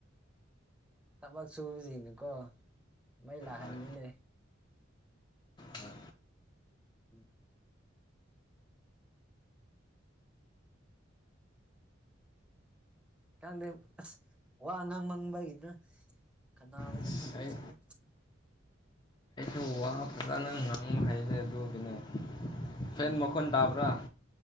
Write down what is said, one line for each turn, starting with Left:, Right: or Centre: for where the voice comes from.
Centre: ꯊꯕꯛ ꯁꯨꯁꯤꯅꯀꯣ ꯃꯩ ꯂꯥꯛꯍꯟꯅꯤꯡꯗ‌ꯦ
Left: ꯍꯣꯏ ꯍꯣꯏ
Centre: ꯎꯝ ꯈꯪꯗꯦ ꯑꯁ ꯋꯥ ꯉꯥꯡꯃꯟꯕꯒꯤꯗ ꯈꯅꯥꯎꯁ‌ꯦ
Left: ꯑꯁ
Centre: ꯐꯨꯟꯒ‌ꯦ
Left: ꯑꯩ
Centre: ꯇꯧꯏꯅ‌ꯦ
Left: ꯑꯗꯨ ꯋꯥ ꯉꯥꯡ ꯐꯖꯅ ꯉꯥꯡꯕ ꯍꯩꯔꯦ ꯑꯗꯨꯒꯤꯅꯦ ꯐꯦꯟ
Centre: ꯑꯥ
Left: ꯃꯈꯣꯟ ꯇꯥꯕ꯭ꯔꯥ